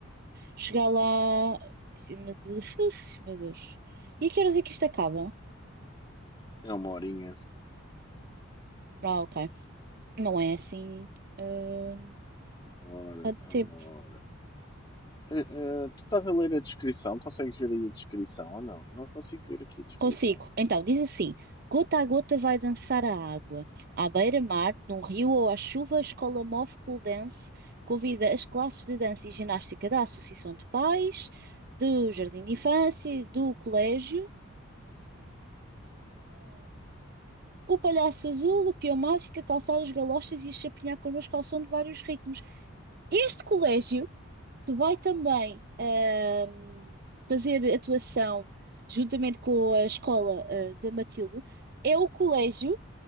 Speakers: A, on the right (about 45°); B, on the left (about 20°).
A: chegar lá em cima de. Uf, meu Deus. E a que horas é que isto acaba?
B: É uma horinha.
A: Ah, ok. Não é assim. eh,
B: É Uma hora,
A: Tanto
B: é
A: tempo.
B: uma hora. Eh, eh, tu estás a ler a descrição? Consegues ver aí a descrição ou não? Não consigo ver aqui a descrição.
A: Consigo. Então, diz assim: gota a gota vai dançar a água. À beira-mar, num rio ou à chuva, a escola Move Cool Dance convida as classes de dança e ginástica da Associação de Pais, do Jardim de Infância, e do Colégio, o Palhaço Azul, o Peão Mágico, a calçar as galochas e a chapinhar connosco ao som de vários ritmos. Este colégio que vai também ahm, fazer atuação juntamente com a escola ah, da Matilde é o colégio